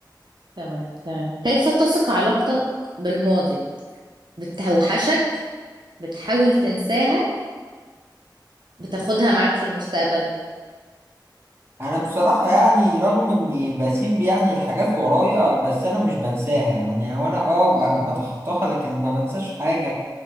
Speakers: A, on the right; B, on the right.
A: تمام تمام كيف تثق علاقتك بالماضي بتوحشك بتحاول تنساها بتاخدها معاك في المستقبل
B: انا بصراحة يعني رغم اني بسيب يعني الحاجات ورايا بس انا مش بنساها يعني او انا اه ب-
A: مم.
B: بتخطاها لكن ما بنساش حاجة